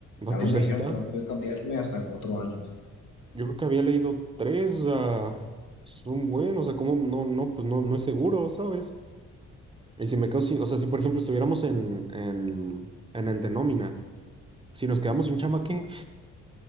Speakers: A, on the right; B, on the left.
A: Va,
B: A
A: pues
B: mí me
A: ahí
B: dijeron
A: está.
B: que no podía cambiarme hasta en cuatro años.
A: Yo creo que había leído tres, o sea, son buenos, o sea, como no, no, pues no, no es seguro, ¿sabes? Y si me quedo sin, o sea, si por ejemplo estuviéramos en, en, en el de nómina, si nos quedamos sin chamba, ¿qué?